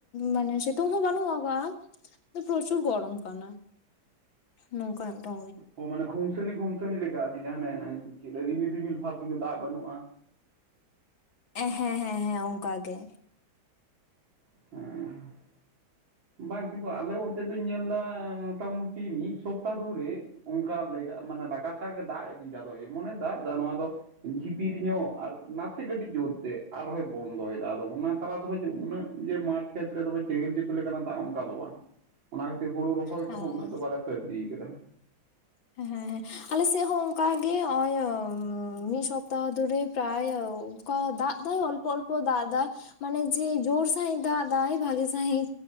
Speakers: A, on the left; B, on the right.
A: ᱢᱟᱱᱮ ᱥᱤᱛᱩᱝ ᱦᱚᱸ ᱵᱟᱹᱱᱩᱜ ᱟᱠᱟᱜᱼᱟ᱾ ᱛᱚ ᱯᱨᱚᱪᱩᱨ ᱜᱚᱨᱚᱢ ᱠᱟᱱᱟ᱾ ᱱᱚᱝᱠᱟᱱ ᱫᱚ
B: ᱚ ᱢᱟᱱᱮ ᱜᱷᱩᱱᱥᱟᱹᱱᱤ ᱜᱷᱩᱱᱥᱟᱹᱱᱤ ᱞᱮᱠᱟ ᱟᱨᱠᱤ ᱡᱟᱦᱟᱸ ᱚᱱᱮ ᱨᱤᱢᱤᱞ ᱨᱤᱢᱤᱞ ᱵᱷᱟᱵ ᱠᱤᱱᱛᱩ ᱫᱟᱜ ᱵᱟᱹᱱᱩᱜᱼᱟ᱾
A: ᱮᱸ ᱦᱮᱸ ᱦᱮᱸ ᱚᱱᱠᱟ ᱜᱮ᱾
B: ᱦᱮᱸ ᱵᱟᱝ ᱠᱤᱱᱛᱩ ᱟᱞᱮ ᱚᱱᱛᱮ ᱫᱚᱧ ᱧᱮᱞ ᱮᱫᱟ ᱢᱚᱴᱟᱢᱩᱴᱤ ᱢᱤᱫ ᱥᱚᱯᱛᱟᱦᱚ ᱫᱷᱚᱨᱮ ᱚᱱᱠᱟ ᱢᱟᱱᱮ ᱞᱟᱜᱟᱛᱟᱨ ᱜᱮ ᱫᱟᱜ ᱤᱫᱤᱭᱮᱫᱟ ᱟᱫᱚ ᱮᱢᱚᱱ ᱮ ᱫᱟᱜ ᱫᱟ ᱱᱚᱣᱟ ᱫᱚ ᱡᱷᱤᱯᱤᱨ ᱧᱚᱜ ᱟᱨ ᱱᱟᱥᱮ ᱠᱟᱹᱴᱤᱡ ᱡᱳᱨ ᱛᱮ ᱟᱨᱦᱚᱸᱭ ᱵᱚᱱᱫᱚᱭᱮᱫᱟ ᱟᱫᱚ ᱚᱱᱟ ᱛᱟᱞᱟ ᱛᱮᱦᱚᱸ ᱡᱮ ᱩᱱᱟᱹᱜ ᱡᱮ ᱢᱟᱴ ᱠᱷᱮᱛ ᱨᱮ ᱫᱚᱢᱮ ᱪᱮᱦᱮᱞ ᱪᱮᱯᱮᱞ ᱟᱠᱟᱱᱟ᱾ ᱛᱟ ᱚᱱᱠᱟ ᱫᱚ ᱵᱟᱝ ᱚᱱᱟ ᱠᱷᱟᱹᱛᱤᱨ ᱦᱩᱲᱩ ᱨᱚᱦᱚᱭ ᱠᱚᱦᱚᱸ
A: ᱦᱮᱸ
B: ᱩᱱᱟᱹᱜ ᱫᱚ ᱵᱟᱞᱮ ᱥᱟᱹᱨᱫᱤ ᱟᱠᱟᱫᱟ᱾
A: ᱦᱮᱸ ᱦᱮᱸ ᱟᱞᱮ ᱥᱮᱫ ᱦᱚᱸ ᱚᱱᱠᱟ ᱜᱮ ᱱᱚᱜ ᱚᱭ ᱢᱤᱫ ᱥᱚᱯᱛᱟᱦᱚ ᱫᱷᱚᱨᱮ ᱯᱨᱟᱭ ᱚᱱᱠᱟ ᱫᱟᱜ ᱮᱫᱟᱭ ᱚᱞᱯᱚ ᱚᱞᱯᱚ ᱫᱟᱜ ᱮᱫᱟᱭ᱾ ᱢᱟᱱᱮ ᱡᱮ ᱡᱳᱨ ᱥᱟᱹᱦᱤᱡ ᱫᱟᱜ ᱫᱟᱭ ᱵᱷᱟᱜᱤ ᱥᱟᱹᱦᱤᱡ